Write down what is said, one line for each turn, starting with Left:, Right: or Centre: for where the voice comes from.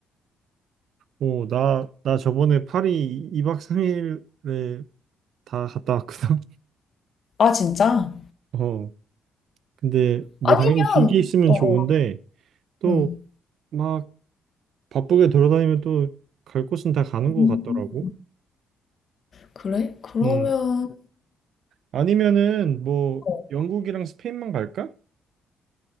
Right: 어, 나, 나 저번에 파리 2박 3일에 다 갔다 왔거든.
Left: <laughs> 아, 진짜?
Right: <laughs> 어, 근데 뭐
Left: 아니면,
Right: 당연히 길게 있으면
Left: 어,
Right: 좋은데,
Left: 어,
Right: 또
Left: 음.
Right: 막 바쁘게 돌아다니면 또 갈 곳은 다 가는 것
Left: 음,
Right: 같더라고.
Left: 그래? 그러면,
Right: 음. 아니면은 뭐
Left: 어,
Right: 영국이랑 스페인만 갈까?